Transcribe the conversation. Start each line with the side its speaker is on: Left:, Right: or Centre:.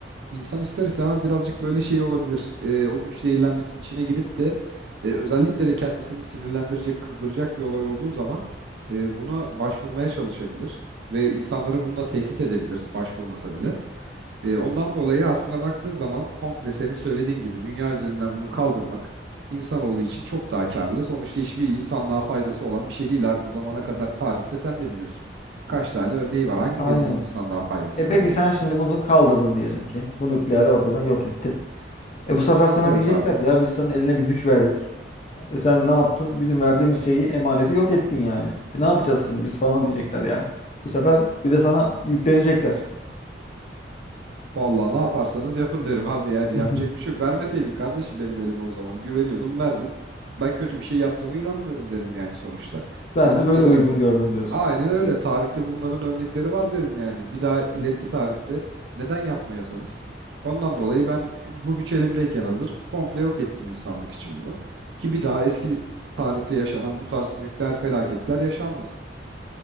Right: İnsan ister istemez birazcık böyle şey olabilir. Ee, o güç zehirlenmesinin içine girip de e, özellikle de kendisini sinirlendirecek, kızdıracak bir olay olduğu zaman e, buna başvurmaya çalışabilir ve insanları bununla tehdit edebilir başvurmasa bile. E, ondan dolayı aslına baktığın zaman komple senin söylediğin gibi dünya üzerinden bunu kaldırmak insanoğlu için çok daha karlı. Sonuçta hiçbir insanlığa faydası olan bir şey değil abi. Bu zamana kadar tarihte sen de biliyorsun. Kaç tane örneği var? Hangi
Left: Aynen.
Right: birinin insanlığa faydası
Left: E
Right: var
Left: peki
Right: yani?
Left: sen şimdi bunu kaldırdın diyelim ki. Bu nükleeri ortadan yok ettin. E bu sefer sana
Right: Evet
Left: diyecekler
Right: abi.
Left: ki ya biz sana eline bir güç verdik. E sen ne yaptın? Bizim verdiğimiz şeyi, emaneti yok ettin yani. E ne yapacağız şimdi biz falan diyecekler yani. Bu sefer bir de sana yüklenecekler.
Right: Vallahi ne yaparsanız yapın derim abi yani
Left: <laughs>
Right: yapacak bir şey yok. Vermeseydin kardeşim benim elime o zaman güveniyordum verdin. Ben kötü bir şey yaptığıma inanmıyorum derim yani sonuçta. Siz
Left: Ben de
Right: bunları
Left: böyle uygun gördüm diyorsun.
Right: aynen öyle tarihte bunların örnekleri var derim yani. Bir daha ileriki tarihte neden yapmayasanız. Ondan dolayı ben bu güç elimdeyken hazır komple yok ettim insanlık için bunu. Ki bir daha eski tarihte yaşanan bu tarz nükleer felaketler yaşanmasın.